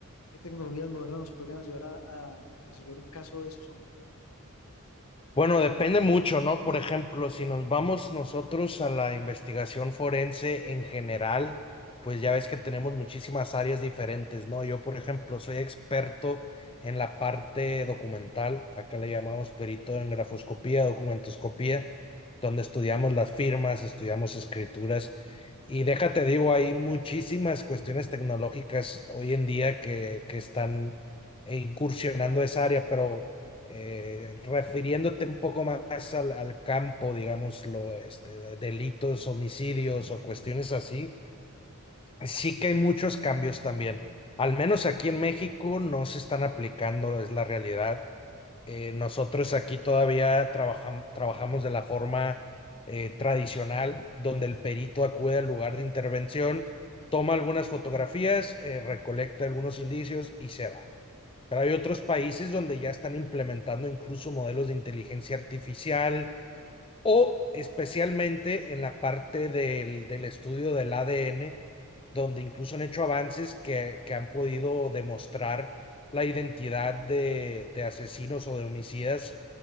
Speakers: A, on the left; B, on the left.
A: ¿Qué tecnologías modernas nos podrían ayudar a, a- a resolver un caso de esos, hombre?
B: Bueno, depende mucho, ¿no? Por ejemplo, si nos vamos nosotros a la investigación forense en general, pues ya ves que tenemos muchísimas áreas diferentes, ¿no? Yo, por ejemplo, soy experto en la parte documental, acá le llamamos perito en grafoscopía, documentoscopía, donde estudiamos las firmas, estudiamos escrituras y déjate digo, hay muchísimas cuestiones tecnológicas hoy en día que, que están eh, incursionando esa área, pero eh, refiriéndote un poco más al, al campo, digámoslo, este, de delitos, homicidios o cuestiones así, sí que hay muchos cambios también. Al menos aquí en México no se están aplicando, es la realidad. Eh, nosotros aquí todavía trabajam- trabajamos de la forma eh, tradicional, donde el perito acude al lugar de intervención, toma algunas fotografías, eh, recolecta algunos indicios y se va. Pero hay otros países donde ya están implementando incluso modelos de inteligencia artificial o especialmente en la parte del, del estudio del ADN, donde incluso han hecho avances que, que han podido demostrar la identidad de, de asesinos o de homicidas